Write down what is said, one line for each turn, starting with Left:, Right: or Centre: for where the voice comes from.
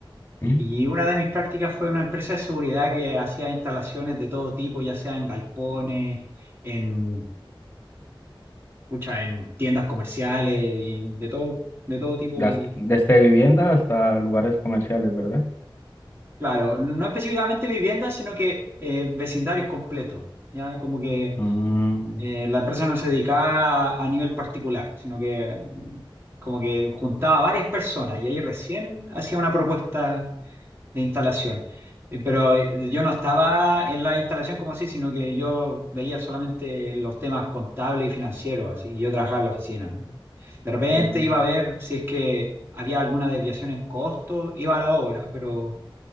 Left: Mm.
Right: Y una de mis prácticas fue una empresa de seguridad que hacía instalaciones de todo tipo, ya sea en galpones, en, pucha, en tiendas comerciales, y en- de todo, de todo tipo.
Left: Das-
Right: Y
Left: Desde vivienda hasta lugares comerciales, ¿verdad?
Right: claro, no específicamente viviendas, sino que eh, vecindarios completos. Ya como que
Left: Mm,
Right: eh, la empresa no se dedicaba a, a nivel particular, sino que como que juntaba a varias personas y ahí recién hacía una propuesta de instalación. Eh, Pero eh, yo no estaba en la instalación como así, sino que yo veía solamente los temas contables y financieros, así, yo trabajaba en la oficina. De repente
Left: Mm,
Right: iba a ver si es que había alguna desviación en costo, iba a la obra, pero,